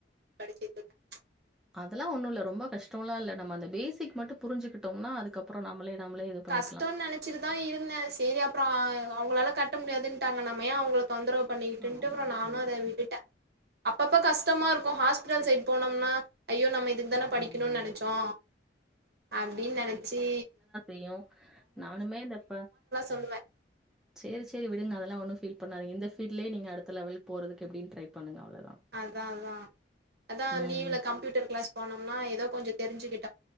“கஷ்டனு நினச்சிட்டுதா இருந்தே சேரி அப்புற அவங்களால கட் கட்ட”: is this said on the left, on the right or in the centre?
Right